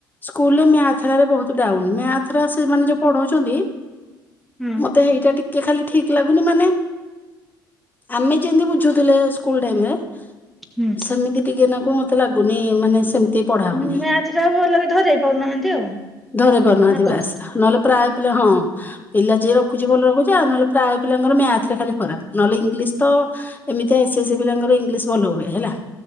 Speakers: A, on the left; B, in the centre.
A: ସ୍କୁଲ ରେ ମ୍ୟାଥ୍ ରା ରେ ବହୁତ୍ ଡାଉନ୍ ମ୍ୟାଥ୍ ରା ସେମାନେ ଯଉ ପଢ଼ଉଚନ୍ତି
B: ହୁଁ।
A: ମତେ ହେଇଟା ଟିକେ ଖାଲି ଠିକ୍ ଲାଗୁନି ମାନେ ଆମେ ଯେମତି ବୁଝୁଥିଲେ ସ୍କୁ ସ୍କୁଲ୍ ଟାଇମ୍ ରେ
B: ହୁଁ।
A: ସେମିତି ଟିକେ ନାକୁ ମତେ ଲାଗୁନି ମାନେ ସେମିତି ପଢା ହଉନି
B: ହୁଁ ମ୍ୟାଥ୍ ଟାକୁ ଭଲରେ ଧରେଇ ପାରୁନାହାଁନ୍ତି ଆଉ।
A: ଧରେଇ ପାରୁନାହାଁନ୍ତିି
B: ନା
A: ବାସ୍
B: କଣ?
A: ନହେଲେ ପ୍ରାୟ ପିଲା ହଁ ପିଲା ଯିଏ ରଖୁଚି ଭଲ ରଖୁଚି ଆଉ ନହେଲେ ପ୍ରାୟ ପିଲାଙ୍କର ମ୍ୟାଥ୍ ରେ ଖାଲି ଖରାପ୍ ନହେଲେ ଇଂଲିଶ୍ ତ ଏମିତିଆ ଏସ୍ ଏସ୍ ସି ପିଲାଙ୍କର ଇଂଲିଶ ଭଲ ହୁଏ ହେଲା